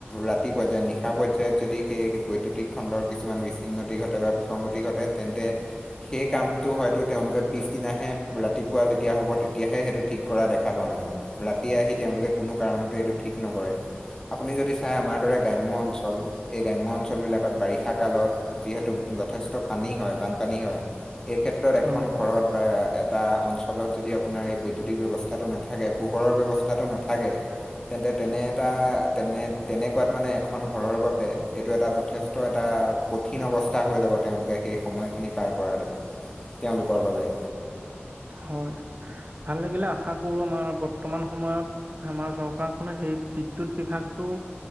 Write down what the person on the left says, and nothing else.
ৰাতি পৰ্যায়ত নিশা পৰ্যায়ত যদি সেই বৈদ্যুতিক খণ্ডৰ কিছুমান বিচ্ছন্নতি ঘটে বা বিসংগতি ঘটে তেন্তে সেই কামটো হয়তো তেওঁলোকে পিছদিনাহে ৰাতিপুৱা যেতিয়া হ'ব তেতিয়াহে সেইটো ঠিক কৰা দেখা পাওঁ আমি ৰাতি আহি তেওঁলোকে কোনো কাৰণতে এইটো ঠিক নকৰে আপুনি যদি চাই আমাৰ দৰে গ্ৰাম্য অঞ্চল এই গ্ৰাম্য অঞ্চলবিলাকত বাৰিষা কালত যিহেতু যথেষ্ট পানী হয় বানপানী হয় সেই ক্ষেত্ৰত এখন
ঘৰত বা এটা অঞ্চলত যদি আপোনাৰ এই বৈদ্যুতিক ব্যৱস্থাটো নাথাকে পোহৰৰ ব্যৱস্থা তাটো নাথাকে তেন্তে তেনে এটা তেনে তেনেকুৱাত মানে এখন ঘৰৰ বাবে এইটো এটা যথেষ্ট এটা কঠিন অৱস্থা হৈ যাব তেওঁলোকে সেই সময়খিনি পাৰ কৰাটো তেওঁলোকৰ বাবে